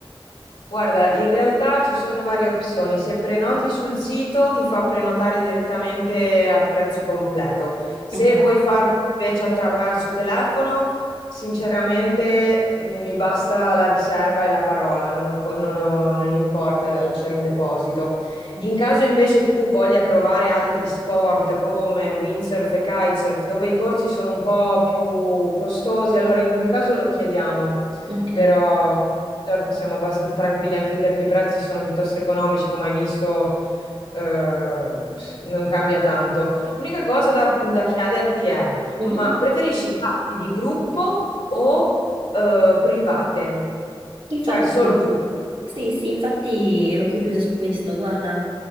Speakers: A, on the left; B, on the right.
A: Guarda, in realtà ci sono varie opzioni. Se prenoti sul sito ti fa prenotare direttamente al prezzo completo. Se
B: Ok,
A: vuoi farlo invece attraverso telefono, sinceramente mh, mi basta la riserva e la parola, non ho co- non ho- non importa lasciare un deposito.
B: ok.
A: In caso invece tu voglia provare altri sport come windsurf e kitesurf, dove i corsi sono un po' più costosi, allora in quel caso lo chiediamo,
B: Ok.
A: però surf siamo abbastanza tranquilli anche perché i prezzi sono piuttosto economici, come hai visto, eh, non cambia tanto. L'unica cosa da, da chiederti è,
B: Mhm.
A: ma preferisci classi di gruppo o eh, private?
B: Infatti.
A: Cioè solo tu?
B: Sì, sì, infatti ero curiosa su questo. Guarda,